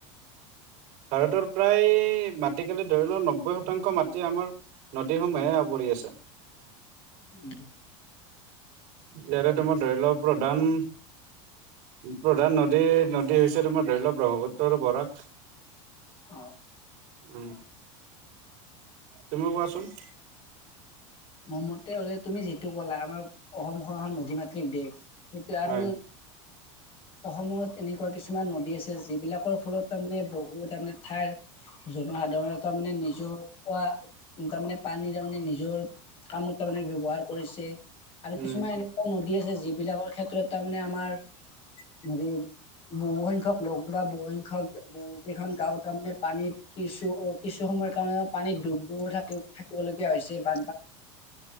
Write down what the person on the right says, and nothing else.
ভাৰতৰ প্ৰায় মাটিকালিত ধৰি লওক নব্বৈ শতাংশ মাটি আমাৰ নদীসমূহে আৱৰি আছে
ইয়াৰে তোমাৰ ধৰি লওঁ প্ৰধান প্ৰধান নদী, নদী হৈছে তোমাৰ ধৰি লওঁক ব্ৰহ্মপুত্ৰ আৰু বৰাক।
উম তুমি কোৱাচোন?
হয়
উম